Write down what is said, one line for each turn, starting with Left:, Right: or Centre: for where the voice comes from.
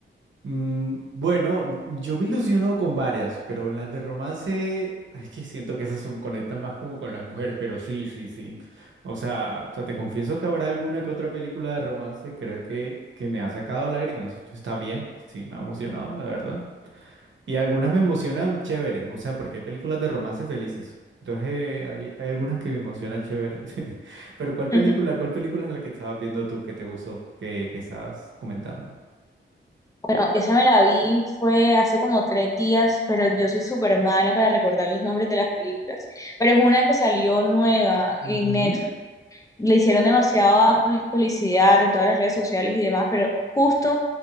Right: Mm, bueno, m- yo me ilusiono con varias, pero las de romance, es que siento que esas son- conectan más como con las mujeres, pero sí, sí, sí. O sea, o sea, te confieso que habrá alguna que otra película de romance, creo que, que me ha sacado lágrimas. Está bien, sí, me ha emocionado, la verdad. Y algunas me emocionan chévere, o sea, porque hay películas de romance felices. Entonces, eh, hay, hay algunas que me emocionan chévere. <laughs> Pero ¿cuál película,
Left: <laughs>
Right: cuál película es la que estabas viendo tú que te gustó, que, que estabas comentando?
Left: Bueno, esa me la vi fue hace como tres días, pero yo soy súper mala para recordar los nombres de las películas. Pero es una que salió nueva
Right: Ujú.
Left: en Netflix le hicieron demasiada pu- publicidad en todas las redes sociales y demás, pero justo